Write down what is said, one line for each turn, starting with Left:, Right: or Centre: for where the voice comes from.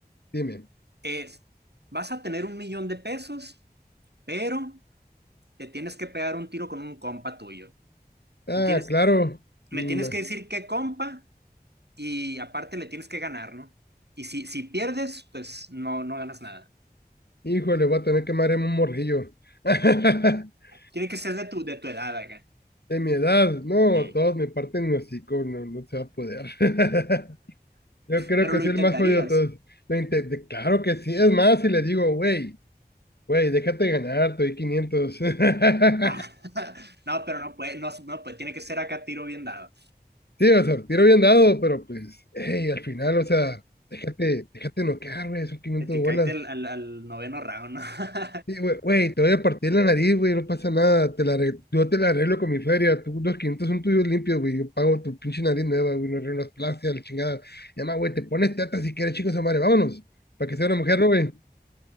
Left: dime.
Right: Es, vas a tener un millón de pesos, pero te tienes que pegar un tiro con un compa tuyo.
Left: Ah,
Right: Me tienes,
Left: claro. Mm,
Right: me tienes que decir qué compa y aparte le tienes que ganar, ¿no? Y si, si pierdes, pues no, no ganas nada.
Left: híjole, voy a tener que marearme un morrillo. <laughs>
Right: Tiene que ser de tu, de tu edad acá.
Left: De mi edad, no,
Right: Ey.
Left: todos me parten los hocico, no, no se va a poder. <laughs> Yo creo
Right: Pero
Left: que
Right: lo
Left: soy
Right: intentarías.
Left: el más jodido de todos. Lo inte- de- claro que sí, es más, si le digo, güey, güey, déjate ganar, te doy 500. <laughs>
Right: Ah, <laughs> no, pero no puede, no, no puede, tiene que ser acá tiro bien dado.
Left: Sí, o sea, tiro bien dado, pero pues, hey, al final, o sea, déjate, déjate noquear, güey, son 500
Right: De que
Left: bolas.
Right: caíte al, al- al noveno round, ¿no? <laughs>
Left: Sí, güey, güey, te voy a partir la nariz, güey, no pasa nada, te la arre- yo te la arreglo con mi feria, tú, los 500 son tuyos limpios, güey, yo pago tu pinche nariz nueva, güey, no arreglo las la chingada. Y además, güey, te pones teta si quieres, chicos, madre, vámonos, para que sea una mujer, ¿no, güey?